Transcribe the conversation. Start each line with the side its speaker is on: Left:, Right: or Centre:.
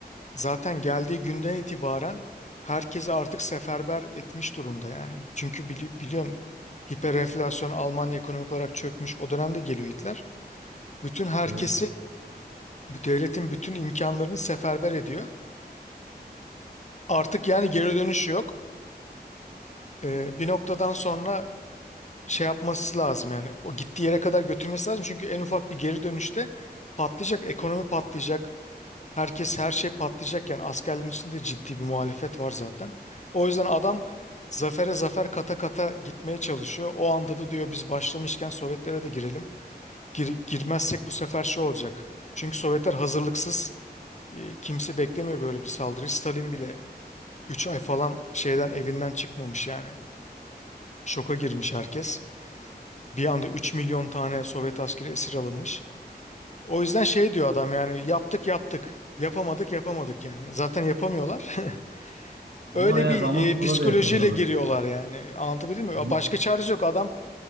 Left: zaten geldiği günden itibaren herkesi artık seferber etmiş durumda yani. Çünkü bili biliyorsun hiperenflasyon Almanya ekonomik olarak çökmüş. O dönemde geliyor Hitler. Bütün herkesi
Right: Evet.
Left: bu devletin bütün imkanlarını seferber ediyor. Artık yani geri dönüşü yok. Ee, bir noktadan sonra şey yapması lazım yani o gittiği yere kadar götürmesi lazım. Çünkü en ufak bir geri dönüşte patlayacak, ekonomi patlayacak, herkes her şey patlayacak. Yani askerlerin içinde de ciddi bir muhalefet var zaten. O yüzden adam zafere zafer kata kata gitmeye çalışıyor. O anda da diyor biz başlamışken Sovyetlere de girelim. Gir- girmezsek bu sefer şey olacak. Çünkü Sovyetler hazırlıksız. E, Kimse beklemiyor böyle bir saldırıyı. Stalin bile Üç ay falan şeyden evinden çıkmamış yani. Şoka girmiş herkes. Bir anda 3 milyon tane Sovyet askeri esir alınmış. O yüzden şey diyor adam yani yaptık yaptık. Yapamadık yapamadık yani. Zaten yapamıyorlar. <laughs>
Right: Ama
Left: Öyle
Right: yani
Left: bir
Right: Ramakkala
Left: e, psikolojiyle
Right: da yapamıyorlar.
Left: giriyorlar yani. Anlatabildim mi?
Right: Bili-
Left: Başka çaresi yok. Adam